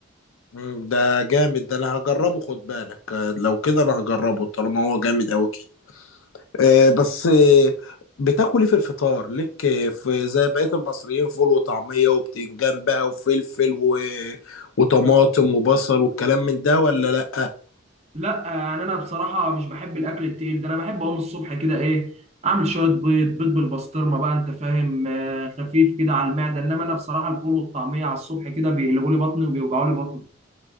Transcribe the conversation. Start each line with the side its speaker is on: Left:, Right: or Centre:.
Left: مم، ده جامد ده انا هجربه خد بالك آه، لو كده انا هجربه طالما هو جامد قوي كده آه، بس آه، بتاكل ايه في الفطار لك آه، في زي بقية المصريين فول وطعمية وبتنجان بقى وفلفل و... وطماطم وبصل والكلام من ده ولا لا
Right: لا يعني انا بصراحه مش بحب الاكل التقيل ده انا بحب اقوم الصبح كده ايه اعمل شويه بيض بيض بالبسطرمه بقى انت فاهم آه، خفيف كده على المعده انما انا بصراحه الفول والطعميه على الصبح كده بيقلبوا لي بطني وبيوجعوا لي بطني